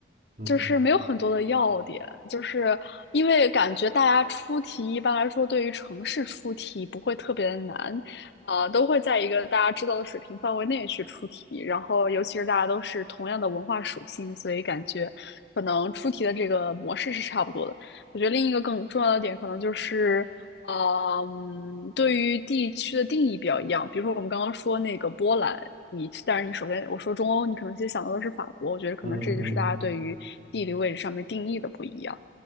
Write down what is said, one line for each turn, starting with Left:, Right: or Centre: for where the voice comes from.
Right: 嗯
Left: 就是没有很多的要点，就是因为感觉大家出题一般来说对于城市出题不会特别的难，啊、都会在一个大家知道的水平范围内去出题，然后尤其是大家都是同样的文化属性，所以感觉可能出题的这个模式是差不多的。我觉得另一个更重要的点可能就是。嗯，对于地区的定义比较一样。比如说，我们刚刚说那个波兰，你但是你首先我说中欧，你可能先想到的是法国。我觉得可能这就是大家对于地理位置上面定义的不一样。
Right: 嗯嗯，